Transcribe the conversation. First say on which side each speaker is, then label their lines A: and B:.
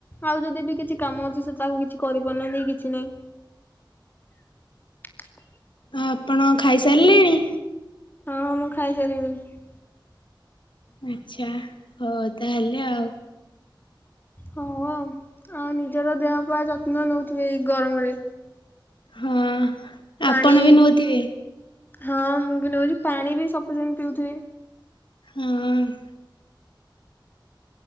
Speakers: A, on the left; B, on the left.
A: ଆଉ ଯଦି ବି କିଛି କାମ ଅଛି ସେ ତାକୁ କିଛି କରିପାରୁନାହାନ୍ତି କିଛି ନାହିଁ।
B: ଆ ଆପଣ ଖାଇସାରିଲେଣି।
A: ହଁଁ ମୁଁ ଖାଇସାରିଲିନି।
B: ଆଛା ହଉ ତାହେଲେ ଆଉ।
A: ହଁ ଆଉ ନିଜର ଦେହ ପାଇଁ ଯତ୍ନ ନଉଥିବେ ଏଇ ଗରମରେ।
B: ହଁ।
A: ପାଣି
B: ଆପଣ ବି ନଉଥିବେ
A: ହଁ ମୁଁ ବି ନଉଚି ପାଣି ବି ସପିସେଣ୍ଟ ପିଉଥିବେ
B: ହୁଁ